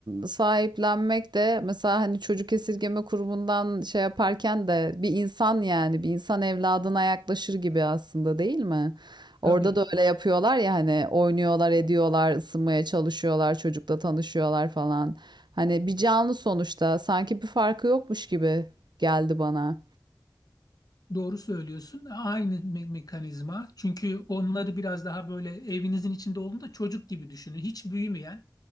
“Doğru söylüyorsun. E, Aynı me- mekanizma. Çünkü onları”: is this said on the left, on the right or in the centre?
Left